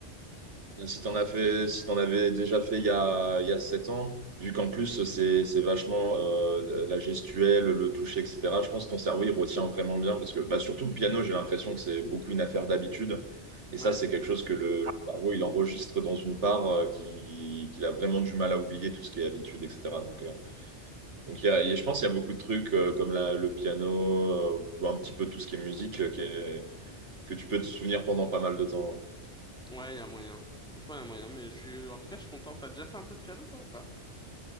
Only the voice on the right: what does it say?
Mais si t'en as fait... si t'en avais déjà fait il y a, il y a 7 ans, vu qu'en plus, c'est c'est vachement euh, la gestuelle, le toucher, etc., je pense que ton cerveau, il retient vraiment bien. Parce que, bah, surtout le piano, j'ai l'impression que c'est beaucoup une affaire d'habitude. Et
ça, c'est quelque chose que le, le cerveau, il enregistre dans une part euh, qui... qu'il a vraiment du mal à oublier, tout ce qui est habitude, etc. Donc, euh, Donc, il y a, il y a- je pense qu'il y a beaucoup de trucs euh, comme la- le piano, euh, ou un petit peu tout ce qui est musique, euh, qui est- que tu peux te souvenir pendant pas mal de temps.